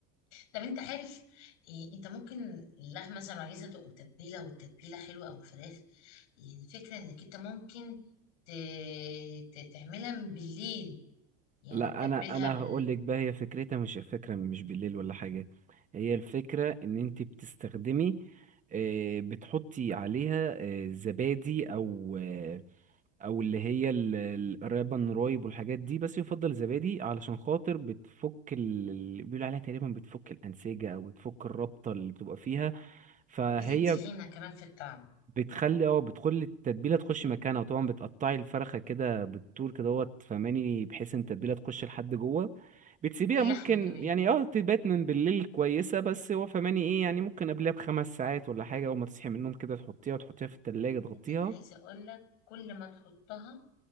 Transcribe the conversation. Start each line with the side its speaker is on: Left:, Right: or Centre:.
Left: طب انت عارف إيه انت ممكن اللحمه مثلا لو عايزه تبقى متبله والتتبيله حلوه او الفراخ يعني الفكره انك انت ممكن ت... ت- تعملها من بالليل يعني
Right: لا
Left: تتبلها
Right: انا انا
Left: بال...
Right: هقول لك بقى هي فكرتها مش فكرة مش بالليل ولا حاجة هي الفكرة ان انت بتستخدمي آه، بتحطي عليها آه، زبادي او آه، او اللي هي ال- القرابة النرايب والحاجات دي بس يفضل زبادي علشان خاطر بتفك ال- اللي بيقولوا عليها تقريبا بتفك الانسجه او بتفك الرابطه اللي بتبقى فيها فهي
Left: بتدي غنى كمان في الطعم
Right: بتخلي اه بتخلي التتبيله تخش مكانها وطبعا بتقطعي الفرخه كده بالطول كده اهوت فماني بحيث ان التتبيله تخش لحد جوه بتسيبيها
Left: واللحمه
Right: ممكن
Left: كمان
Right: يعني اه تبات من بالليل كويسه بس هو فماني ايه يعني ممكن قبلها بخمس ساعات ولا حاجه اول ما تصحي من النوم كده تحطيها وتحطيها في التلاجة تغطيها
Left: جدا عايزه اقول لك كل ما تحطها